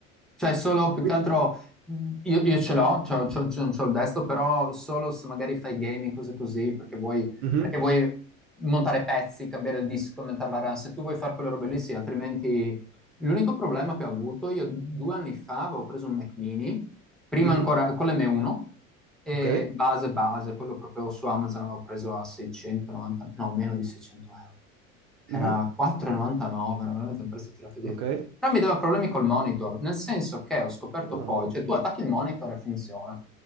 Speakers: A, in the centre; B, on the right.
A: Cioè, solo più
B: Qui-
A: che altro mh, io, io ce l'ho, c'ho, c'ho- c'ho- c'ho il destro, però solo se magari fai gaming, cose così, perché vuoi,
B: Mhm,
A: perché vuoi montare pezzi, cambiare il disco, aumentare la RAM. Se tu vuoi fare quelle robe lì, sì, altrimenti... L'unico problema che ho avuto, io due anni fa avevo preso un Mac mini, prima
B: mhm,
A: ancora con l'M1, e
B: ok,
A: base base, quello proprio su Amazon avevo preso a 690, no, meno di 600 euro era
B: mhm,
A: 4,99, era veramente un prezzo tirato dietro.
B: ok.
A: Però mi dava problemi col monitor, nel senso che ho scoperto
B: Ah,
A: poi, cioè tu attacchi il monitor e funziona.